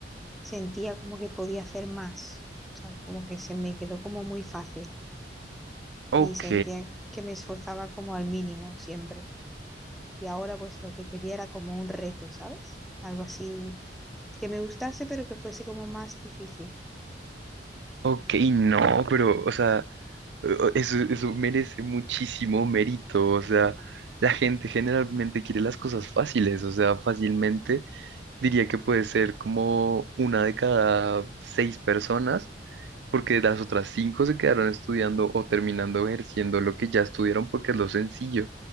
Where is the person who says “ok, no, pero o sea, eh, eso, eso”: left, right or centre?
Right